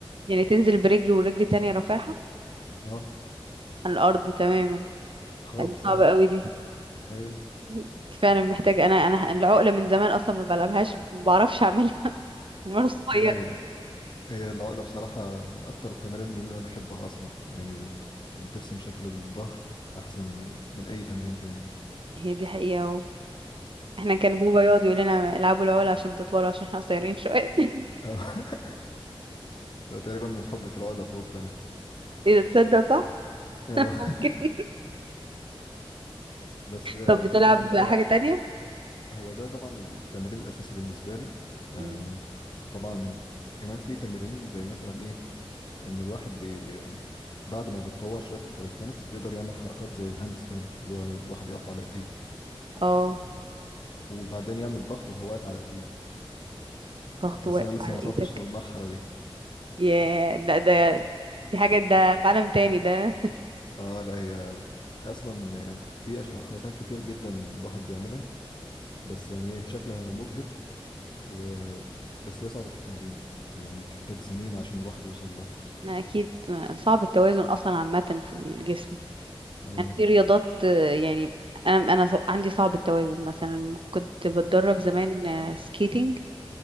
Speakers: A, on the right (about 60°); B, on the left (about 50°).
A: يعني تنزل برجل ورجل تانية رافعها
B: اه
A: عن الارض تماما
B: خالص
A: يعني صعبة
B: اه
A: قوي دي <laughs>
B: ايوه
A: دي فعلا محتاجة انا انا العقلة من زمان اصلا ما بلعبهاش ما بعرفش اعملها <laughs> من وانا صغير
B: لا هي العقلة بصراحة من أكتر التمارين اللي أنا بحبها أصلا يعني بترسم شكل الظهر أحسن من أي تمرين تاني
A: هي دي حقيقة و... احنا كان بوبا يقعد يقول لنا العبوا العقلة عشان تطولوا عشان احنا قصيرين شوية <laughs>
B: آه. <laughs> تقريبا من حبي في العقلة طولت أنا
A: اذا تصدق صح
B: آه.
A: ممكن
B: بس آه،
A: طب بتلعب
B: في كمان بقى
A: حاجة تانية
B: هو ده طبعا التمرين الأساسي بالنسبة لي آه،
A: مم.
B: طبعا كمان في تمرين زي مثلا إيه إن الواحد بي آه، بعد ما بيتطور شوية في الكاليستانكس بيقدر يعمل حركات زي الهاند ستاند اللي هو الواحد يقف على إيديه
A: اه
B: وبعدين يعمل ضغط وهو واقف على إيديه
A: ضغط
B: بس
A: واقف
B: أنا لسه
A: على
B: ما وصلتش
A: ايدك
B: للمرحلة دي
A: ياه لا ده دي حاجة ده في عالم تاني ده
B: اه لا هي اصلا يعني في أش- حركات كتير جدا الواحد بيعملها بس يعني ايه شكلها مبهر و بس هي صعبة في التمرين يعني بتحتاج سنين عشان الواحد يوصل لها
A: <laughs> ما اكيد ما صعب التوازن اصلا عامه في الجسم
B: اه
A: يعني في رياضات آه، يعني انا انا ص- عندي صعب التوازن مثلا كنت بتدرب زمان آه، سكيتنج